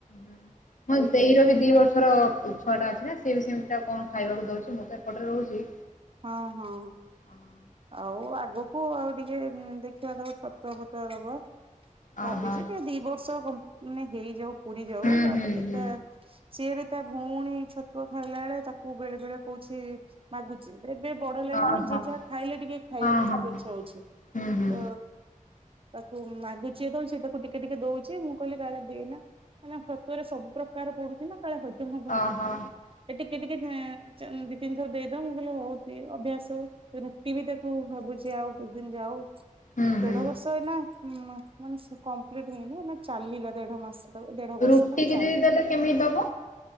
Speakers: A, on the left; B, on the right.
A: ହଁ, ମୋ ଦେଇର ବି ଦି ବର୍ଷର ଛୁଆଟା ଅଛି ନା, ସିଏ ବି ସେମିତି ତାକୁ କଣ ଖାଇବାକୁ ଦଉଛି, ମୁଁ ତ ଏପଟରେ ରହୁଛି।
B: ହଁ ହଁ।
A: ହଁ।
B: ଆଉ ଆଗକୁ ଆଉ ଟିକେ ଦେଖିବା ତାକୁ ଛତୁଆ ଫତୁଆ ଦବା।
A: ଓହୋ
B: ଭାବିଛି ଟିକେ ଦି ବର୍ଷ ମାନେ ହେଇଯାଉ, ପୁରି ଯାଉ,
A: ହୁଁ
B: ତାପରେ
A: ହୁଁ
B: ଦେଖିବା
A: ହୁଁ
B: ସିଏ ବି ତା ଭଉଣୀ ଛତୁଆ ଖାଇଲା ବେଳେ, ତାକୁ ବେଳେ ବେଳେ କହୁଛି ମାଗୁଛି, ଏବେ ବଡ ହେଲାଣି
A: ଓହୋ
B: ମାନେ ଯେ ଯାହା ଖାଇଲେ ଟିକେ ଖାଇବା
A: ହଁ
B: ପାଇଁ
A: ହଁ
B: ତାର ଇଛା ହଉଛି।
A: ହୁଁ ହୁଁ
B: ତ ତାକୁ ମାଗୁଛି ଯେତେବେଳେ ସେ ତାକୁ ଟିକେ ଟିକେ ଦଉଛି, ମୁଁ କହିଲି କାଳେ ଦେଇନା ମାନେ ଛତୁଆରେ ସବୁ ପ୍ରକାର ପଡୁଛି ନା କାଳେ ହଜମ ହବନି।
A: ଓହୋ
B: ଏ ଟିକେ ଟିକେ ଦି ତିନି ଥର ଦେଇଦଉ ମୁଁ କହିଲି ହଉ ଦେ ଅଭ୍ୟାସ ହଉ। ରୁଟି ବି ତାକୁ ଭାବୁଛି ଆଉ କେତେ ଦିନ ଯାଉ
A: ହୁଁ
B: ଦେଢ
A: ହୁଁ
B: ବର୍ଷ ଏଇନା ହୁଁ ମାନେ କମ୍ପ୍ଲିଟ ହେଇନି ଏଇନା ଚାଲିଲା ଦେଢ ମାସ। ଦେଢ ବର୍ଷ
A: ରୁଟି
B: ତାକୁ
A: କି
B: ଚାଲୁ
A: ଯଦି ଦେଲେ କେମିତି ଦବ?